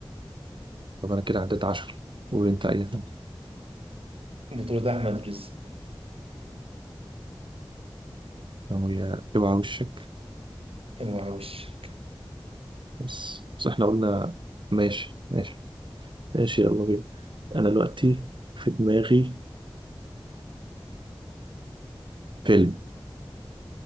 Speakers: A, on the right (about 60°); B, on the right (about 80°).
A: طب انا كده عديت عشر قول انت اي حاجه
B: بطولة أحمد رزق
A: هي اوعى وشك
B: أوعى وشك
A: بس بس احنا قلنا ماشي ماشي ماشي يلا بينا انا دلوقتي في دماغي فيلم